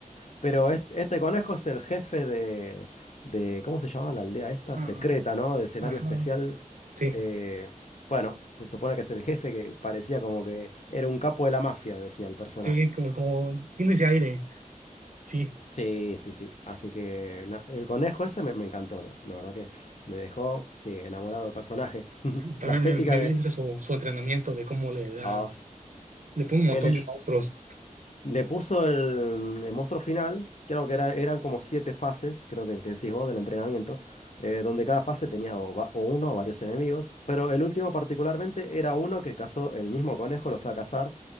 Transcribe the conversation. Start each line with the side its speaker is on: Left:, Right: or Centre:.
Left: Pero es- este, conejo es el jefe de, de, ¿cómo se llama la aldea esta?
Right: Ah,
Left: Secreta, ¿no? De escenario
Right: ajá.
Left: especial.
Right: Sí,
Left: Eh, bueno, se supone que es el jefe que parecía como que era un capo de la mafia, decía el personaje.
Right: sí, como, como tiene ese aire. Sí,
Left: Sí, sí, sí. Así que na- el conejo ese me, me encantó, ¿no? La verdad que me dejó, sí, enamorado del personaje. <laughs>
Right: también
Left: La estética
Right: me, me dio
Left: que...
Right: risa su, su entrenamiento de cómo le da,
Left: ah, sí.
Right: le pone un montón
Left: qué Oh,
Right: de monstruos.
Left: Le puso el, el monstruo final, creo que era, eran como siete fases, creo que el que decís vos del entrenamiento, eh, donde cada fase tenía o, va- o uno o varios enemigos, pero el último particularmente era uno que cazó el mismo conejo, lo fue a cazar,